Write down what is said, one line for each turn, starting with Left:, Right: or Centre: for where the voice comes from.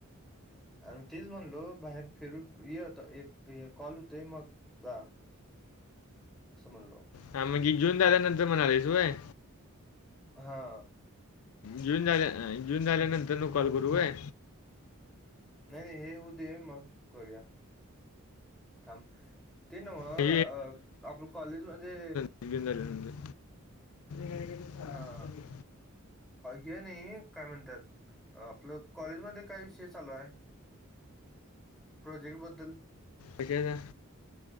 Centre: आणि तीज म्हणलो बाहेर फिरून य होत एक हे कॉल होतोय मग जा असं म्हणलो
Left: हा मग एन्जॉय झाल्यानंतर म्हणणार आहेस होय
Centre: हा
Left: जेवन झाल्या जेवन झाल्यानंतर न कॉल करू वय
Centre: नाही नाही हे होऊ दे मग करूया थांब ते नव
Left: हे
Centre: आपण कॉलेज मध्ये
Left: विन झालेलं म्हलं अडज का
Centre: हा
Left: ह
Centre: हे नाही काय म्हणतात आपलं कॉलेजमध्येध्ये काय विषय चालू आहे प्रोजेक्टबद्दल
Left: म्हज